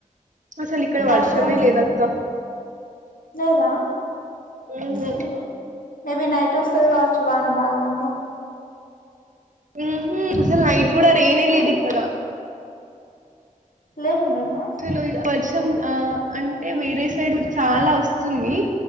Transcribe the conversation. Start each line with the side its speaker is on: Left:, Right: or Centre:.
Right: అసలు ఇక్కడ
Left: క్లాస్
Right: వర్షమే
Left: లో ఉన్
Right: లేదక్క
Left: లేదా
Right: ఉహు
Left: అయ్యో మేబీ నైట్ వస్తది కావచ్చు వాన బాగా మీకు
Right: మ్ హు మ్ అసలు నైట్ కూడా రైనే లేదు
Left: ఉమ్
Right: ఇక్కడ
Left: లేకుండేనా
Right: లో వర్షం అంటే వేరే సైడ్ చాలా వస్తుంది